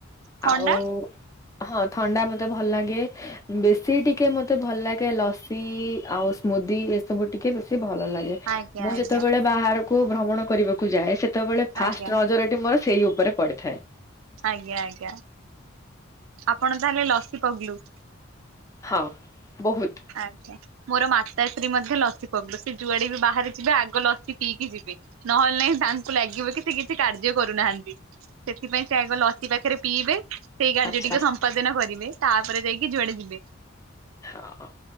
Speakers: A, on the right; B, on the left.
A: ଥଣ୍ଡା
B: ଆଉ ହଁ ଥଣ୍ଡା ମତେ ଭଲ୍ ଲାଗେ। ବେଶୀ ଟିକେ ମତେ ଭଲ୍ ଲାଗେ ଲସି ଆଉ ସ୍ମୁଦି ଏସବୁ ଟିକେ ବେଶୀ ଭଲ ଲା
A: ଆଜ୍ଞା
B: ମୁଁ
A: ଆଜ୍ଞା
B: ଯେତେବେଳେ ବାହାରକୁ ଭ୍ରମଣ କରିବାକୁ ଯାଏ ସେତେବେଳେ ଫାଷ୍ଟ୍
A: ଆଜ୍ଞା
B: ନଜର ମୋର ସେଇ ଉପରେ ପଡିଥାଏ।
A: ଆଜ୍ଞା ଆଜ୍ଞା ଆପଣ ତାହେଲେ ଲସି ପଗ୍ଲୁ?
B: ହଁ ବୋହୁତ୍।
A: ଆଜ୍ଞା। ମୋର ମାତା ସ୍ତ୍ରୀ ମଧ୍ୟ ଲସି ପଗ୍ଲୁ ସେ ଯୁଆଡେ ବି ବାହାରେ ଯିବେ ଆଗ ଲସି ପିଇକି ଯିବେ। ନହେଲେ ନହିଁ ତାଙ୍କୁ ଲାଗିବ କି ସେ କିଛି କାର୍ଯ୍ୟ କରୁନାହାନ୍ତି। ସେଥିପାଇଁ ସେ ଆଗ ଲସି ପାଖେରେ ପିଇବେ। ସେଇ କାର୍ଯ୍ୟ
B: ଆଚ୍ଛା
A: ଟିକେ ସମ୍ପାଦନ କରିବେ ତାପରେ ଯାଇକି ଯୁଆଡ଼େ ଯିବେ।
B: ହଁ।